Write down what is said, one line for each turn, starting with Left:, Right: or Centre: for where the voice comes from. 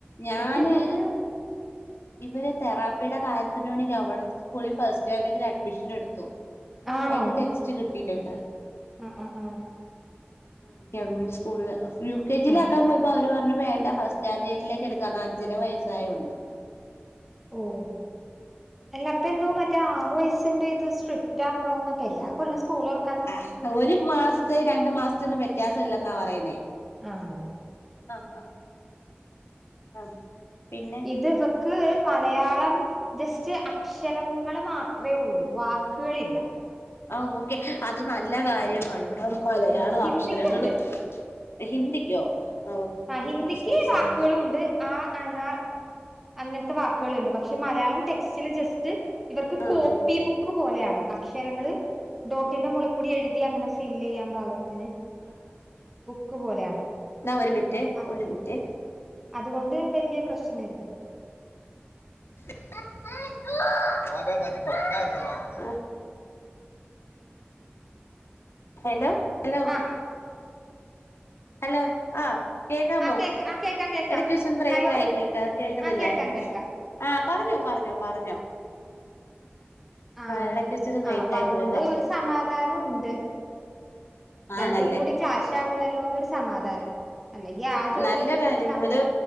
Left: ഞാന്
Centre: ഇത് പിന്നൊരു
Left: ഇവര് തെറപ്പിടെ കാര്യത്തിന് വേണ്ടി ഗവൺമെന്റ് സ്കൂളിൽ ഫസ്റ്റ് സ്റ്റാൻഡേർഡിൽ അഡ്മിഷൻ എടുത്തു
Centre: ആണോ
Left: അയിന് ടെക്സ്റ്റ് കിട്ടിയിട്ട്ണ്ടാ
Centre: ആഹ് ആഹ് ആഹ്
Left: ആഹ് ഗവൺമെന്റ് സ്കൂളില് യു കെ ജി
Centre: ആഹ്
Left: ലാ ക്കാൻ പോയ പ്പൊ അവര് പറഞ്ഞു വേണ്ട ഫസ്റ്റ് സ്റ്റാൻഡേർഡിലേക്ക് എടുക്കാന്ന് അഞ്ചര വയസ്സായോണ്ട്
Centre: ഓഹ് എല്ലപ്പൊ എന്തോ മറ്റേ ആറു വയസിന്റെ ഇത് സ്ട്രിക് ആക്കണോന്നൊക്കെ എല്ലകൊല്ലോം സ്കൂള് തൊറ
Left: ആ ഹ് ഒരു മാസത്തെ രണ്ടു മാസത്തന്നും വ്യത്യാസം ഇല്ലെന്നാ പറയണേ
Centre: ആണോ
Left: ആഹ് ആഹ് ആഹ് പിന്നെ
Centre: ഇതിവക്ക് മലയാളം ജസ്റ്റ് അ ക്ഷരങ്ങള് മാത്രേ ഉള്ളൂ വാക്കുകളില്ല
Left: ആഹ് ഓക്കെ അത് നല്ല കാര്യമാ ഇവിടെ മലയാള
Centre: ആഹ് ഹിന്ദിക്കുണ്ട്
Left: അക്ഷരങ്ങളും ഹിന്ദിക്കോ ഓഹ്
Centre: ആഹ് ഹിന്ദിക്ക്
Left: സോ സാഡ്
Centre: വാക്കുകളും ഉണ്ട് ആ അനാർ അങ്ങനത്തെ വാക്കുകള്ണ്ട് പക്ഷെ മലയാളം ടെക്സ്റ്റില് ജസ്റ്റ് ഇവർക്ക്
Left: ആഹ്
Centre: കോപ്പി
Left: ഓക്കെ
Centre: ബുക് ക്ക് പോലെയാണ് അക്ഷരങ്ങള് ഡോട്ടിന്റെ മോളി കൂടി എഴുതി അങ്ങനെ ഫില്ല് ചെയ്യാൻ പാക ത്തിന് ബുക്ക് പോലെയാണ്
Left: ന്നാ ഒരു മിനിറ്റെ
Centre: ആ
Left: ഒരു മിനിറ്റേ
Centre: അതുകൊണ്ട് വല്യ പ്രശ്നഇല്ല
Left: <inaudible> ഹലോ ഹലോ
Centre: ആ
Left: ഹലോ ആ കേക്കാമോ
Centre: ആ കേക്ക ആ കേക്കാം കേക്കാം
Left: എടക്ക് വെച്ചൊന്നു ബ്രേക്കായി
Centre: ഹലോ
Left: കേക്ക കേൾക്കുന്നില്ലായിരുന്നു
Centre: ആ കേൾക്കാം കേൾക്കാം
Left: ആഹ് പറഞ്ഞോ പറഞ്ഞോ പറഞ്ഞോ
Centre: ആഹ്
Left: ഇടയ്ക്ക്
Centre: ഓക്കെ
Left: വെച്ചൊന്ന് ബ്രേക്കായി
Centre: ആ അപ്പ അതുകൊണ്ട്
Left: പോയതാ
Centre: ഒരു സമാധാനം ഉണ്ട് രണ്ടും
Left: ആണല്ലേ
Centre: കൂടി ക്ലാഷ് ആവൂലല്ലോന്നൊരു സമാധാനം അല്ലെങ്കി ആ ചോദിക്കുമ്പോ
Left: നല്ല കാര്യം
Centre: കൊച്ച് അമ്മ
Left: അത്